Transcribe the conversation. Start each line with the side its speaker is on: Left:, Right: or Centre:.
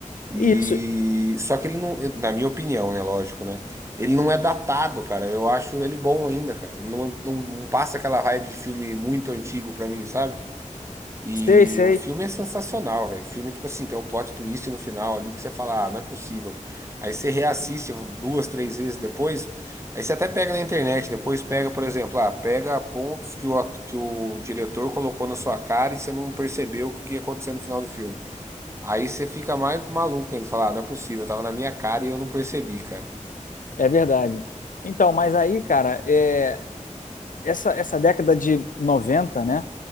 Right: E
Left: Isso,
Right: só que ele não, na minha opinião, né, lógico, né? Ele não é datado, cara. Eu acho ele bom ainda, cara. Ele não, não, não passa aquela vibe de filme muito antigo pra mim, sabe? E
Left: sei, sei,
Right: o filme é sensacional, velho. O filme, tipo assim, tem um plot twist no final ali que você fala, ah, não é possível. Aí você reassiste duas, três vezes depois. Aí você até pega na internet, depois pega, por exemplo, ah, pega pontos que o, ato- que o diretor colocou na sua cara e você não percebeu o que ia acontecer no final do filme. Aí você fica mais maluco ainda, falar, ah, não é possível, tava na minha cara e eu não percebi, cara.
Left: é verdade. Então, mas aí, cara, é. essa, essa década de noventa né?